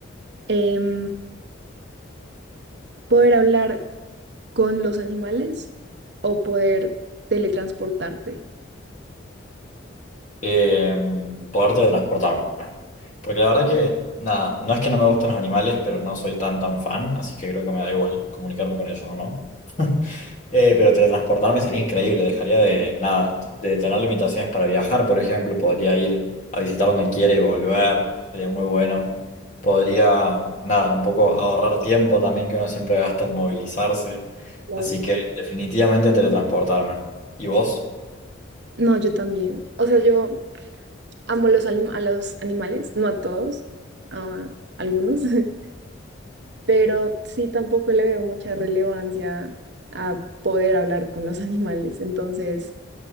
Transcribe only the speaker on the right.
Em, poder hablar con los animales o poder teletransportarte?
Claro.
No, yo también. O sea, yo amo los anim- a los animales, no a todos, a algunos, <laughs> pero sí tampoco le veo mucha relevancia a poder hablar con los <laughs> animales. Entonces,